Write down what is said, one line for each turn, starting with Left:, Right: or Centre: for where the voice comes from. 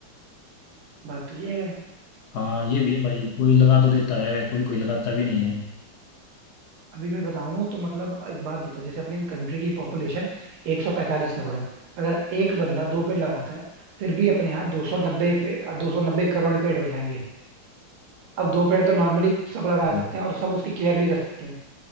Right: बात तो ये है
Left: हाँ ये भी है भाई कोई लगा तो देता है कोई कोई लगाता भी नहीं है
Right: अभी मैं बताऊं तो मतलब एक बात बता जैसे अपनी कंट्री की पॉपुलेशन 145 करोड़ है अगर एक बंदा दो पेड़ लगाता है फिर भी अपने यहाँ 290 पे 290 करोड़ पेड़ हो जाएंगे अब दो पेड़ तो नॉर्मली सब लगा
Left: हाँ,
Right: सकते हैं और सब उसकी केयर भी कर सकते हैं